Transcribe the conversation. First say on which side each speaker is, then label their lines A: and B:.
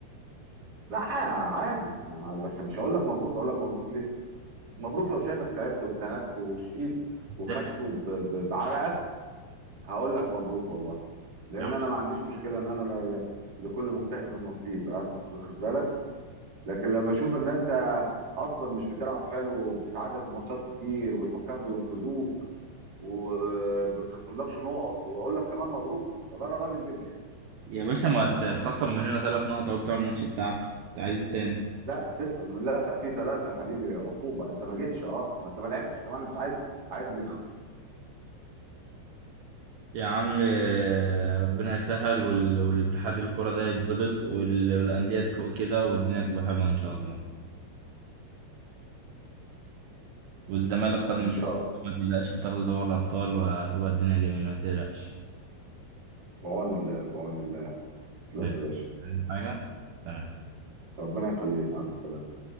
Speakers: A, on the right (about 25°); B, on the right (about 65°).
A: لا ع- عادي أنا بس مش هقول لك مبروك هقول لك مبروك ليه مبروك لو شايفك تعبت واجتهدت وشقيت
B: ازاي
A: وخدته ب- ب- بعرقك هقول لك مبروك والله لان
B: يا عم
A: انا ما عنديش مشكله ان انا ل- ل- لكل مجتهد نصيب واخد بالك لكن لما اشوف ان انت اصلا مش بتلعب حلو وبتتعادل في ماتشات كتير والحكام بينقذوك وما بتخصملكش نقط واقول لك كمان مبروك يبقى انا راجل بجح
B: يا باشا ما ت- تخصم مننا ثلاث نقط اهو بتاع الماتش بتاعك انت عايز ايه تاني
A: لا س... لا في ثلاثه يا حبيبي عقوبه انت ما جيتش اه ما انت ما لعبتش كمان مش عايز عايز يتخصم
B: يا عم آه، ربنا يسهل وال... والاتحاد الكرة ده يتظبط وال... والأندية تفوق كده والدنيا تبقى حلوة إن شاء الله والزمالك قادم
A: ان شاء
B: بإذن
A: الله
B: الله، ما تقلقش بتاخد دوري الأبطال وهتبقى الدنيا جميلة ما تقلقش
A: بعون الله بعون الله تسلم
B: ماشي.
A: يا باشا
B: عايز حاجة سلام
A: ربنا يخليك مع الف سلامه